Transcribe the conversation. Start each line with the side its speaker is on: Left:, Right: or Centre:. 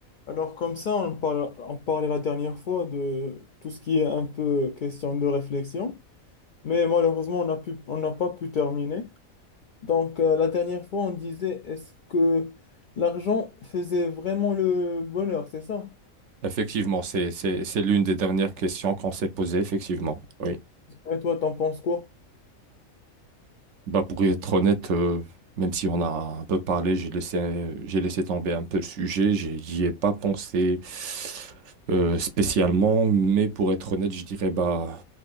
Left: Alors comme ça, on parle, on parlait la dernière fois de tout ce qui est un peu question de réflexion, mais malheureusement, on n'a pu, on n'a pas pu terminer. Donc euh, la dernière fois, on disait, est-ce que l'argent faisait vraiment le bonheur, c'est ça?
Right: Effectivement, c'est, c'est, c'est l'une des dernières questions qu'on s'est posées, effectivement. Oui.
Left: Et toi, t'en penses quoi?
Right: Bah, pour être honnête, euh, même si on a un peu parlé, j'ai laissé, j'ai laissé tomber un peu le sujet, j'ai- j'y ai pas pensé euh, spécialement, mais pour être honnête, je dirais, bah,